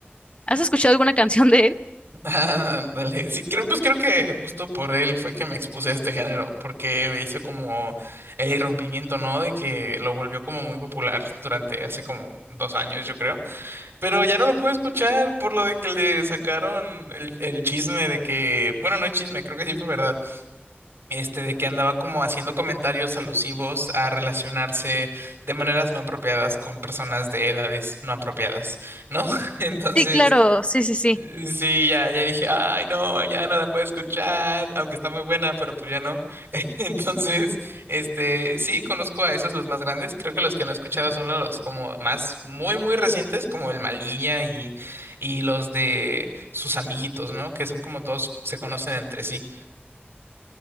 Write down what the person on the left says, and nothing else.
¿Has escuchado alguna canción de él?
Sí, claro, sí, sí, sí.